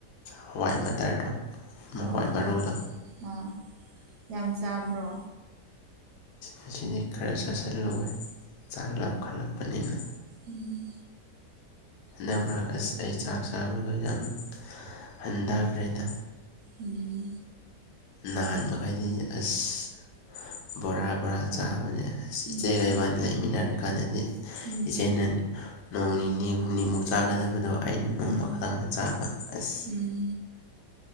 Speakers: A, on the left (about 80°); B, on the right (about 75°).
A: ꯍꯋꯥꯏ ꯃꯇꯇꯔꯗꯣ ꯍꯋꯥꯏ
B: ꯑꯥ
A: ꯃꯔꯨꯗꯣ
B: ꯑꯥ ꯌꯥꯝ ꯆꯥꯕ꯭ꯔꯣ
A: ꯃꯁꯤꯗꯤꯩ ꯈꯔ ꯆꯥꯁꯤꯜꯂꯣꯏ ꯆꯥꯛ ꯂꯥꯞꯈꯠꯂꯛꯄꯅꯤꯅ
B: ꯎꯝ
A: ꯟꯛ ꯑꯁ ꯑꯩ ꯆꯥꯛ ꯆꯥꯕꯗꯣ ꯌꯥꯝ ꯍꯟꯊꯈ꯭ꯔꯦꯗ
B: ꯎꯝ
A: ꯅꯍꯥꯟ ꯃꯈꯩꯗꯤ ꯑꯁ ꯕꯣꯔꯥ ꯕꯣꯔꯥ ꯆꯥꯕꯅꯦ ꯑ
B: ꯎꯝ
A: ꯏꯆꯦꯒ ꯏꯕꯥꯅꯤ ꯂꯩꯃꯤꯟꯅꯔ ꯀꯥꯟꯗꯗꯤ
B: ꯎꯝ
A: ꯏꯆꯦꯅ ꯅꯣꯡ ꯅꯤꯅꯤ ꯍꯨꯝꯅꯤꯃꯨꯛ ꯆꯥꯒꯗꯕꯗꯣ ꯑꯩꯅ ꯅꯣꯡꯃ
B: ꯎꯝ
A: ꯈꯛꯇꯪꯗ ꯆꯥꯕ ꯑꯁ
B: ꯎꯝ